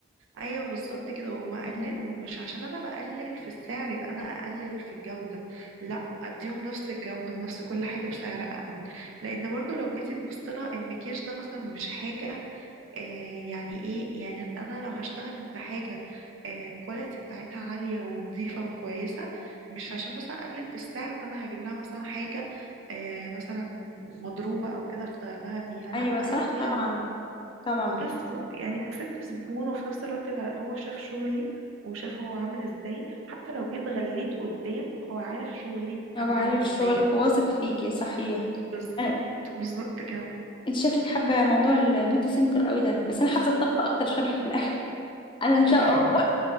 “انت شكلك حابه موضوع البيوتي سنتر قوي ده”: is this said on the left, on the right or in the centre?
Left